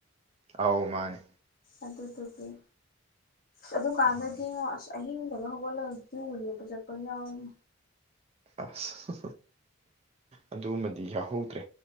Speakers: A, on the right; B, on the left.
A: ꯑꯥꯎ ꯃꯥꯅꯦ
B: ꯑꯗꯨꯗꯨꯒꯤ ꯑꯗꯨꯀꯥꯟꯗꯗꯤꯉꯣ
A: ꯃꯥꯅꯦ
B: ꯑꯁ ꯑꯍꯤꯡꯗꯒ ꯍꯧꯒꯠꯂꯒ ꯀ꯭ꯌꯨꯒ ꯂꯦꯞꯄ ꯆꯠꯄꯒ ꯌꯥꯎꯋꯤ
A: ꯑꯁ ꯑꯗꯨꯃꯗꯤ ꯌꯥꯎꯍꯧꯗ꯭ꯔꯦ